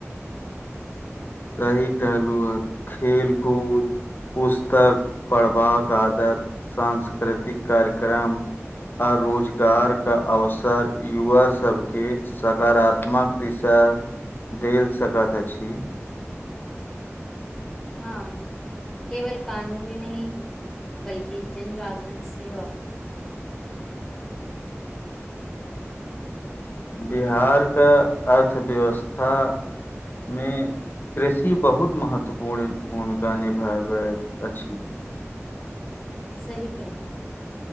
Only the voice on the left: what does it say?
सही कहलू आ खेल कूद पुस्तक पढ़बाक आदत सांस्कृतिक कार्यक्रम आ रोजगार क अवसर युवा सब के सकारात्मक दिशा देल सकत अछि।
बिहारके अर्थव्यवस्था मे कृषि बहुत महत्वपूर्ण भूमिका निभाबैत अछि